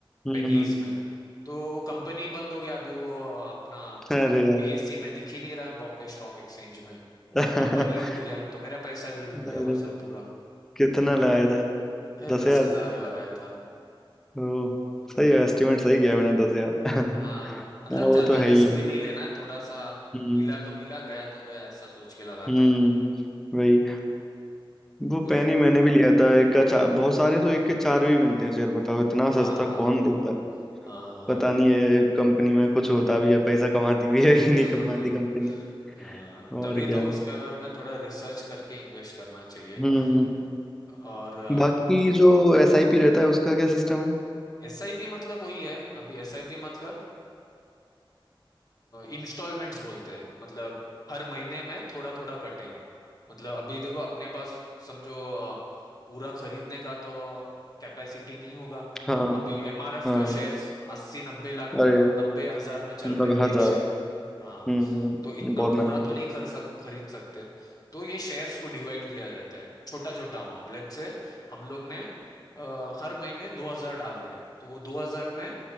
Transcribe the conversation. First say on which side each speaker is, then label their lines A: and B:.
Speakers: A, in the centre; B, on the left (about 45°).
A: हम्म
B: पेनीज में तो वो कंपनी बंद हो गया अभी वो अपना
A: अरे यार
B: पीएससी में दिख ही नहीं रहा बॉम्बे स्टॉक एक्सचेंज में वो
A: <laughs>
B: कंपनी उड़ गया तो मेरा पैसा भी डूब गया
A: अरे
B: वैसा पूरा
A: कितना लगाया था
B: अरे
A: दस
B: दस
A: हजार
B: हजार लगाया था
A: ओ
B: हाँ
A: सही है एस्टिमेट सही किया मैंने दस हजार <laughs> हाँ,
B: हाँ मतलब
A: वो
B: ज्यादा
A: तो
B: रिस्क
A: है ही
B: भी
A: है
B: नहीं लेना है थोड़ा सा
A: हम्म
B: मिला तो मिला गया तो गया ऐसा सोच के लगाते
A: हम्म
B: हैं
A: वही वो
B: उस
A: पेन ही मैंने भी लिया था एक का चार बहुत सारे तो एक के चार भी मिलते हैं शेयर बताओ इतना
B: हाँ
A: सस्ता
B: हाँ
A: कौन देता है
B: हाँ
A: पता नहीं ये कंपनी में कुछ होता भी है पैसा कमाती भी है कि नहीं
B: हाँ
A: कमाती
B: <laughs>
A: कंपनी
B: हाँ, तभी
A: और
B: तो
A: क्या
B: उसके बारे में थोड़ा रिसर्च करके इन्वेस्ट करना चाहिए
A: हम्म
B: और
A: बाकी जो एस आई पी रहता है उसका क्या सिस्टम है
B: एस आई पी मतलब वही है अभी एस आई पी मतलब इंस्टॉलमेंट्स बोलते हैं मतलब हर महीने में थोड़ा थोड़ा कटेगा मतलब अभी देखो अपने पास समझो अ, पूरा खरीदने का तो कैपेसिटी नहीं होगा
A: हाँ
B: अभी एम आर एफ
A: हाँ
B: का शेयर्स अस्सी नब्बे लाख
A: अरे
B: अ, नब्बे हजार में चल
A: नब्बे
B: रहा है
A: हजार
B: एक शेयर हाँ
A: हम्म
B: तो इतना
A: बहुत महंगा
B: पूरा
A: है
B: तो नहीं खर सक, खरीद सकते तो ये शेयर्स को डिवाइड किया जाता है छोटा छोटा अमाउंट लेट्स से हम लोग ने अ, हर महीने 2000 डाल रहे हैं तो वो 2000 में